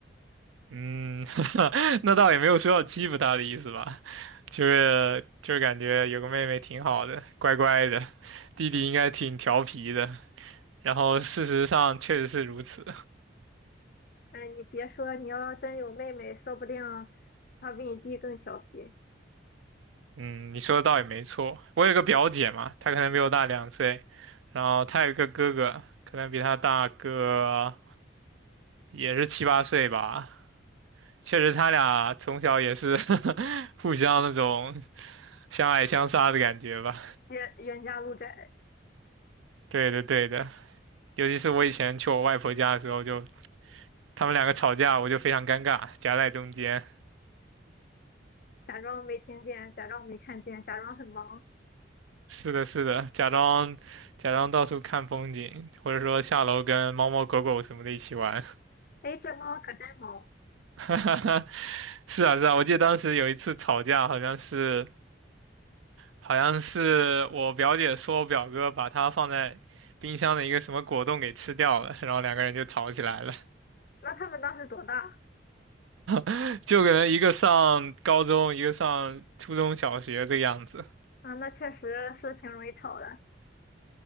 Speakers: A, on the right (about 85°); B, on the left (about 45°).
A: 嗯，<laughs> 那倒也没有说要欺负他的意思吧，就是就是感觉有个妹妹挺好的，乖乖的，弟弟应该挺调皮的。然后事实上确实是如此。
B: 哎，你别说，你要真有妹妹，说不定她比你弟更调皮，
A: 嗯，你说的倒也没错。我有个表姐嘛，她可能比我大两岁，然后她有一个哥哥，可能比她大个也是七八岁吧。确实，他俩从小也是 <laughs> 互相那种相爱相杀的感觉吧。
B: 冤冤家路窄，
A: 对的，对的，尤其是我以前去我外婆家的时候就，他们两个吵架，我就非常尴尬，夹在中间。
B: 假装没听见，假装没看见，假装很忙。
A: 是的，是的，假装假装到处看风景，或者说下楼跟猫猫狗狗什么的一起玩。
B: 哎，这猫可真萌。
A: <laughs> 是啊，是啊，我记得当时有一次吵架，好像是好像是我表姐说我表哥把她放在冰箱的一个什么果冻给吃掉了，然后两个人就吵起来了，
B: 那他们当时多大
A: <laughs> 就可能一个上高中，一个上初中小学这个样子。
B: 啊，那确实是挺容易吵的。